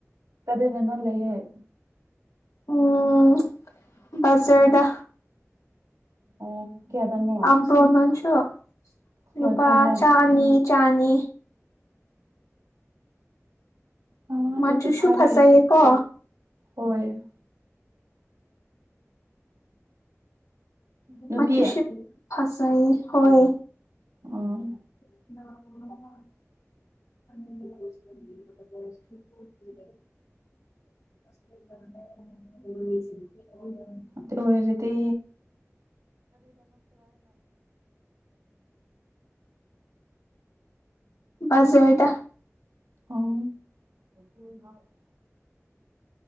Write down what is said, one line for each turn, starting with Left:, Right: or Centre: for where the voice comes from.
Right: ꯑꯗꯨꯅꯅ ꯂꯩꯌꯦ
Left: ꯎꯝ ꯕꯖꯥꯔꯗ
Right: ꯑꯣ ꯀꯌꯥꯗꯅꯣ
Left: ꯑꯕ꯭ꯔꯣ ꯅꯪꯡꯁꯨ
Right: ꯍꯣꯏ
Left: ꯅꯨꯨꯄꯥ
Right: ꯐꯝꯃꯦ
Left: ꯆꯥꯅꯤ ꯆꯥꯅꯤ
Right: ꯑꯣ ꯑꯗꯨꯗꯤ
Left: ꯃꯆꯨꯁꯨ
Right: ꯐꯔꯦ
Left: ꯐꯖꯩꯌꯦ ꯀꯣ
Right: ꯍꯣꯏ ꯅꯨꯄꯤ
Left: ꯃꯆꯨꯁꯨ ꯐꯖꯩꯌꯦ ꯍꯣꯏ
Right: ꯑꯣ
Left: <unintelligible> <inaudible> <inaudible>
Right: ꯇꯧꯔꯤꯖꯤꯗꯤ
Left: <inaudible> ꯕꯥꯖꯔꯗ
Right: ꯑꯣ